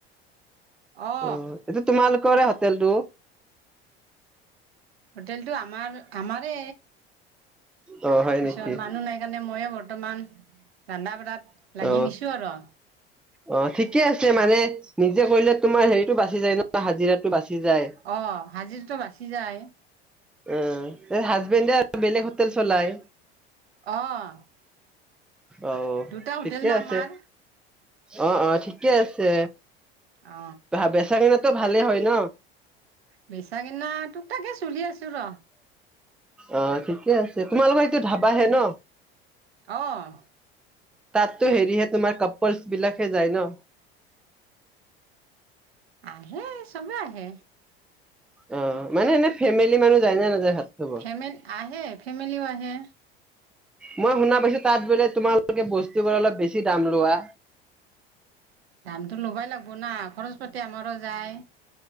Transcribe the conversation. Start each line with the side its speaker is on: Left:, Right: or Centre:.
Right: অ
Centre: অঁ এইটো তোমালোকৰে হোটেলটো?
Right: হোটেলটো আমাৰ আমাৰে,
Centre: অ হয়
Right: পিছত
Centre: নেকি অ
Right: মানুহ নাই কা মানে মইয়ে বৰ্তমান ৰন্ধা বঢ়াত লাগি
Centre: অ
Right: দিছোঁ আৰু।
Centre: অ', ঠিকে আছে মানে নিজে কৰিলে তোমাৰ হেৰিটো বাচি যায় ন হাজিৰাতো বাচি যায়
Right: অ', হাজিৰতো বাচি যায়।
Centre: অ', হাজবেণ্ডে আৰু বেলেগ হোটেল চলাই।
Right: অ'।
Centre: অ',
Right: দুটা হোটেল
Centre: ঠিকে
Right: না
Centre: আছে।
Right: আমাৰ
Centre: অ', অ', ঠিকে আছে।
Right: অ
Centre: বেচা কেনাতো ভালে হয় ন?
Right: বেচা কিনা তোক তাকে চলি আছোঁ ৰ।
Centre: অ', ঠিকে আছে তোমালোকৰ এইটো ধাবাহে ন?
Right: অ'।
Centre: তাটতো হেৰিহে তোমাৰ কাপলচ বিলাকহে যায় ন?
Right: আহে, চবে আহে।
Centre: অ', মানে এনে ফেমিলি মানুহ যায় নে নাযায়? ভাত খাব
Right: ফেম আহে, ফেমিলিও আহে।
Centre: মই শুনা পাইছো তাত বোলে তোমালোকে বস্তু বোৰ অলপ বেছি দাম লোৱা।
Right: দামটো ল'বই লাগবিব না খৰচ পাতি আমাৰো যায়।